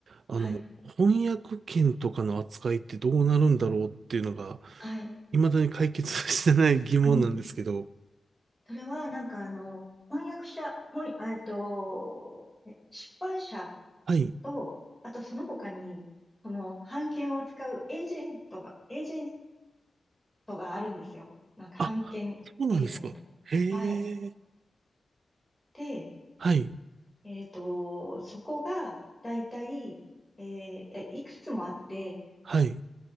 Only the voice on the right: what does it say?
あの、
翻訳権とかの扱いってどうなるんだろうっていうのが、
未だに解決してない疑問なんですけど、
はい。
あ、
そうなんですか。へ
え。
はい。
はい。